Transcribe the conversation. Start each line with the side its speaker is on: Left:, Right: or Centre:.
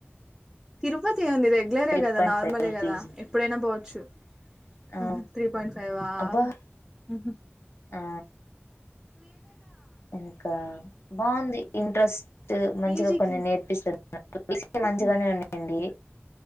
Centre: తిరుపతి ఎం ఉంది రెగ్యులరే
Left: త్రీ
Centre: కదా
Left: పాయింట్
Centre: నార్మలే
Left: ఫైవ్
Centre: కదా
Left: పీజీ
Centre: ఎప్పుడైనా పోవచ్చు
Left: ఆ
Centre: అహ త్రీ పాయింట్ ఫైవ్ అ
Left: అబ్బా
Centre: మ్ హు
Left: ఆ ఇంకా బాగుంది ఇంట్రెస్ట్ మంచిగా
Centre: పీజీకి
Left: కొన్ని నేర్పిస్తది <unintelligible> మంచిగానే ఉందండి